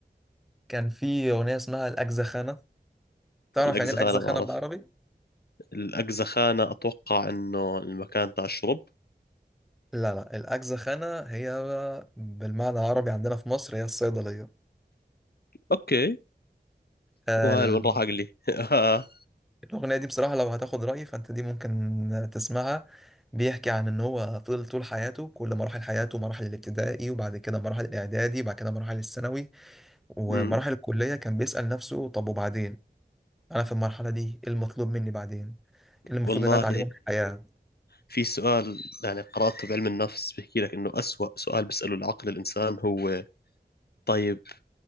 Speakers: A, in the centre; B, on the left (about 65°).
A: كان في اغنيه اسمها الاجزخانه تعرف
B: الأقزخانة
A: يعني ايه الاجزخانه
B: بعرف
A: بالعربي
B: الأقزخانة أتوقع إنه المكان تاع الشرب
A: لا لا الاجزخانه هي بالمعنى العربي عندنا في مصر هي الصيدليه
B: أوكي
A: آه،
B: وهل وين راح أقلي <laughs>
A: الأغنية دي بصراحة لو هتاخد رأيي فأنت دي ممكن تسمعها بيحكي عن إن هو فضل طول حياته كل مراحل حياته مراحل الابتدائي وبعد كده مراحل الإعدادي وبعد كده مراحل الثانوي ومراحل
B: أمم.
A: الكلية كان بيسأل نفسه طب وبعدين أنا في المرحلة دي إيه المطلوب مني بعدين إيه اللي المفروض
B: والله
A: إن أنا أتعلمه من الحياة
B: في سؤال يعني قرأته بعلم النفس بيحكي لك إنه أسوأ سؤال بيسأله العقل الإنسان هو طيب